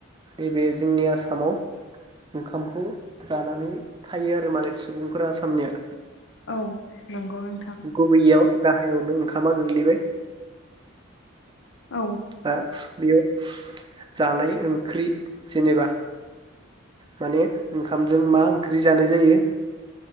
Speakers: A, on the right; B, on the left.
A: नैबे जोंनि आसामाव ओंखामखौ जानानै थायो आरो माने सुबुंफोरा आसामनिया।
B: औ नंगौ नोंथां।
A: गुबैयाव गाहायावनो ओंखामा गोग्लैबाय
B: औ
A: बा बेयाव जानाय ओंख्रि जेनेबा माने ओंखामजों मा ओंख्रि जानाय जायो